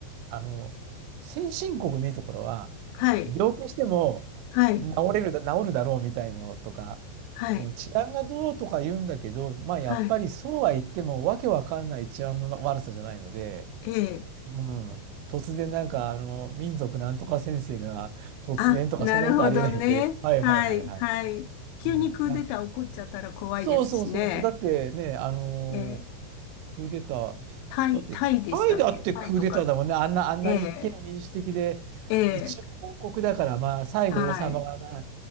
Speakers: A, on the right; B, on the left.
A: あの、先進国のいいところは、
B: はい、
A: 病気しても治れるだ、
B: はい、
A: 治るだろうみたいのとか、
B: はい、
A: うん、治安がどうとか言うんだけど、まあやっぱりそうは言ってもわけわかんない治安の悪さじゃないので、
B: はい、ええ、
A: うん、突然なんかあの民族なんとか先生が突然とかそんなことありえないので、
B: あ、なるほどね。
A: はいはいはいはい。
B: はい、はい。急にクーデター起こっちゃったら怖いですしね。
A: うん、なんかそうそうそうそう。だってね、あのー
B: ええ、
A: クーデター、
B: タイ、
A: だって、
B: タイでしたっけタイとか。
A: タイだってクーデターだもんね。あんな、あんな一見民主的で、
B: ええ、ええ、
A: 一応王国だから、まあ、最後王様がな、
B: はい、